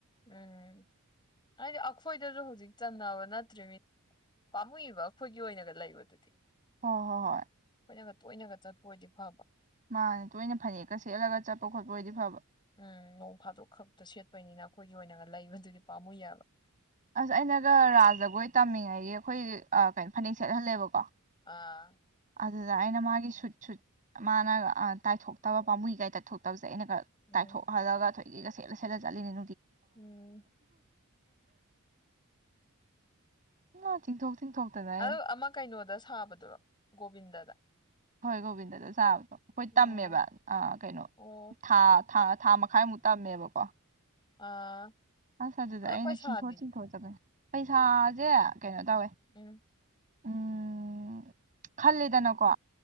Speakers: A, on the left; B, on the right.
A: ꯎꯝ ꯍꯥꯏꯗꯤ ꯑꯩꯈꯣꯏꯗꯁꯨ ꯍꯧꯖꯤꯛ ꯆꯅꯕ ꯅꯠꯇ꯭ꯔꯤꯅꯤꯅ ꯄꯝꯃꯨꯏꯕ ꯑꯩꯈꯣꯏꯒꯤ ꯑꯣꯏꯅꯒ ꯂꯩꯕꯗꯨꯗꯤ
B: ꯍꯣꯍꯣ ꯍꯣꯏ
A: ꯑꯩꯅꯒ ꯇꯣꯏꯅꯒ ꯆꯠꯄ ꯑꯣꯏꯗꯤ ꯐꯕ
B: ꯃꯥꯅꯦ ꯇꯣꯏꯅ ꯐꯅꯦꯛꯀ ꯁꯦꯠꯂꯒ ꯆꯠꯄ ꯈꯣꯠꯄ ꯑꯣꯏꯗꯤ ꯐꯕ
A: ꯎꯝ ꯅꯣꯡ ꯐꯥꯗꯣꯛ ꯈꯛꯇ ꯁꯦꯠꯄꯅꯤꯅ ꯑꯩꯈꯣꯏꯒꯤ ꯑꯣꯏꯅꯒ ꯂꯩꯕꯗꯨꯗꯤ ꯄꯥꯝꯃꯨꯏ ꯌꯥꯏꯕ
B: ꯑꯁ ꯑꯩꯅꯒ ꯔꯥꯖꯒꯣꯏ ꯇꯝꯃꯤꯉꯩꯒꯤ ꯑꯩꯈꯣꯏ ꯀꯩꯅꯣ ꯐꯅꯦꯛ ꯁꯦꯠꯍꯜꯂꯦꯕꯀꯣ
A: ꯑꯥ
B: ꯑꯗꯨꯗ ꯑꯩꯅ ꯃꯥꯒꯤ ꯁꯨꯠ ꯁꯨꯠ ꯃꯥꯅ ꯇꯥꯏꯊꯣꯛꯇꯕ ꯄꯥꯝꯕꯨꯒꯥꯏ ꯇꯥꯏꯊꯣꯛꯇꯕ ꯁꯦ ꯑꯩꯒ
A: ꯎꯝ
B: ꯇꯥꯏꯊꯣꯛꯍꯜꯂꯒ ꯂꯒ ꯁꯦꯠꯂ ꯁꯦꯠꯂ ꯆꯠꯂꯤꯅꯤ
A: ꯎꯝ
B: <unintelligible> ꯑꯩꯅ
A: ꯑꯗꯨ ꯑꯃ ꯀꯩꯅꯣꯗ ꯁꯥꯕꯗꯨꯔꯣ ꯒꯣꯕꯤꯟꯗꯗ
B: ꯍꯣꯏ ꯒꯣꯕꯤꯟꯗꯗ ꯁꯥꯕꯗꯣ ꯑꯩꯈꯣꯏ ꯇꯝꯃꯦꯕ
A: ꯑꯣ
B: ꯀꯩꯅꯣ
A: ꯑꯣ
B: ꯊꯥ ꯊꯥ ꯊꯥ ꯃꯈꯥꯏꯃꯨꯛ ꯇꯝꯃꯦꯕꯀꯣ
A: ꯑꯥ
B: ꯑꯁ ꯑꯗꯨꯗ
A: ꯑꯗꯨ
B: ꯑꯩꯅ
A: ꯄꯩꯁꯥꯗꯤ
B: ꯆꯤꯟꯊꯣꯔ ꯆꯤꯟꯊꯣꯔꯑꯆꯕ ꯄꯩꯁꯥꯁꯦ ꯀꯩꯅꯣ ꯇꯧꯋꯦ
A: ꯎꯝ
B: ꯎꯝ ꯈꯜꯂꯦꯗꯅꯀꯣ